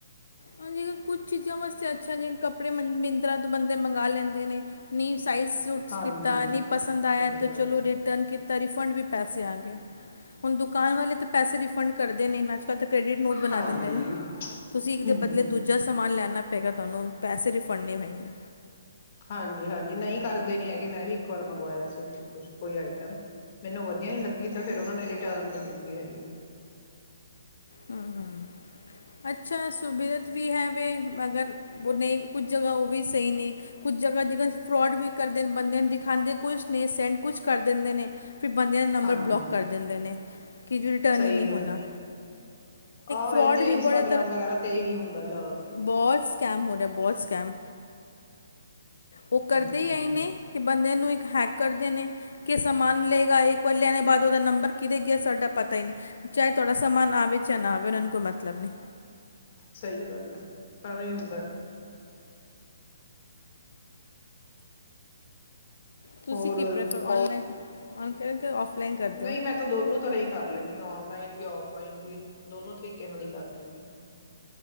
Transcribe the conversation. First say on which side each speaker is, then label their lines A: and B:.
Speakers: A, on the left; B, on the left.
A: ਹਾਂਜੀ ਕੁਛ ਚੀਜ਼ਾਂ ਵਾਸਤੇ ਅੱਛਾ ਜਿਵੇ ਕੱਪੜੇ ਮਿੰਦਰਾ ਤੋਂ ਬੰਦੇ ਮੰਗ ਲੈਂਦੇ ਨੇ ਨੀ ਸਾਈਜ਼ ਸੂਟ
B: ਹਾਂਜੀ
A: ਕੀਤਾ ਨਹੀਂ ਪੰਸਦ ਆਇਆ
B: ਸਹੀ
A: ਅਤੇ
B: ਗੱਲ
A: ਚਲੋ
B: ਹੈ
A: ਰਿਟਰਨ ਕੀ ਤਾਂ ਰਿਫੰਡ ਵੀ ਪੈਸੇ ਆ ਗਏ ਹੁਣ ਦੁਕਾਨ ਵਾਲੇ ਤਾਂ ਪੈਸੇ ਰਿਫੰਡ ਕਰਦੇ ਨਈ ਅੱਜ ਕੱਲ ਤਾਂ ਕ੍ਰੈਡਿਟ ਨੋਟ ਬਣਾ
B: ਹਾਂਜੀ
A: ਦਿੰਦੇ ਨੇ ਤੁਸੀਂ ਇੱਕ ਦੇ
B: ਹਮ
A: ਦੂਜਾ ਸਮਾਨ ਲੈਣਾ ਮੈਂ ਕਿਹਾ ਤੁਹਾਨੂੰ ਪੈਸੇ ਰਿਫੰਡ ਨਹੀਂ ਹੋਏਗੇ
B: ਹਾਂਜੀ ਹਾਂਜੀ ਨਹੀਂ ਕਰਦੇ ਨੀ ਹੈਗੇ ਮੈਂ ਵੀ ਇੱਕ ਵਾਰ ਮੰਗਵਾਇਆ ਸੀ ਕੁਛ ਕੋਈ ਆਈਟਮ ਮੈਨੂੰ ਵਧੀਆ ਨਹੀਂ ਲੱਗੀ ਤਾਂ ਫਿਰ ਉਹਨਾਂ ਨੇ ਟਰਨ ਨੀ ਕੀਤੀ ਹੈਗੀ
A: ਹ ਅੱਛਾ ਸੁਬਿਧਤ ਵੀ ਹੈ ਮਗਰ ਨਹੀਂ ਕੁਛ ਜਗਾ ਉਹ ਵੀ ਸਹੀ ਨਹੀਂ ਕੁਛ ਜਾ ਜ ਫਰੋਡ ਵੀ ਕਰਦੇ ਬੰਦੇ ਦਿਖਾਦੇ ਕੁਛ ਨਹੀਂ ਸੈਂਡ ਕੁਛ ਕਰ ਦਿੰਦੇ ਨੇ ਫਿਰ ਬੰਦਿਆਂ ਦਾ ਨੰਬਰ
B: ਹਾਂਜੀ
A: ਬਲੋਕ ਕਰ ਦਿੰਦੇ ਨੇ ਕਿ ਜ ਰਿਟਰਨ
B: ਸਹੀ
A: ਹੀ ਨਹੀਂ ਹੋਣਾ
B: ਗੱਲ ਹੈ ਆਹ
A: ਫਰੋਡ
B: ਇਹ ਤੇ
A: ਵੀ
B: ਇੰਸਟਾਗ੍ਰਾਮ
A: ਬੜੇ
B: ਵਗੈਰਾ ਤੇ ਹੀ ਹੁੰਦਾ ਜ਼ਿਆਦਾਤਰ
A: ਬਹੁਤ ਤ੍ਤਰ੍ਹਾਂ ਸਕੈਮ ਹੋ ਰਿਹਾ ਬਹੁਤ ਸਕੈਮ ਉਹ ਕਰਦੇ
B: ਹਮ
A: ਹੀ ਆਈ ਨੇ ਕਿ ਬੰਦਿਆਂ ਨੂੰ ਇੱਕ ਹੈਕ ਕਰਦੇ ਨੇ ਕਿ ਸਮਾਨ ਲਏਗਾ ਇੱਕ ਵਾਰ ਲੈਣੇ ਬਾਅਦ ਉਹਦਾ ਨੰਬਰ ਕਿਹਤੇ ਗਿਆ ਸਾਡਾ ਪਤਾ ਹੀ ਨਹੀਂ ਚਾਹੇ ਤੁਹਾਡਾ ਸਮਾਨ ਨਾਵੇ ਚ ਨਾ ਆਵੇ ਉਹਨਾਂ ਨੂੰ ਕੋਈ ਮਤਲਬ ਨਹੀਂ
B: ਸਹੀ ਗੱਲ ਹੈ ਪਾਵੇ ਹੁੰਦਾ
A: ਤੁਸੀਂ
B: ਹੋਰ
A: ਕੀ ਪ੍ਰੈਫਰ ਔਨਲਾਈਨ ਔਨ ਕਰ ਔਫਲਾਈਨ ਕਰਦੇ
B: ਨਹੀਂ
A: ਹੋ
B: ਮੈਂ ਤਾਂ ਦੋਨੋ ਤਰ੍ਹਾਂ ਕਰ ਲੈਂਦੀ ਹੈ ਓਨਲਾਈਨ ਵੀ ਆਫ਼ ਲਾਈਨ ਵੀ ਦੋਨੋ ਤਰੀਕੇ ਨਾਲ ਹੀ ਕਰ ਲੈਂਦੀ ਆ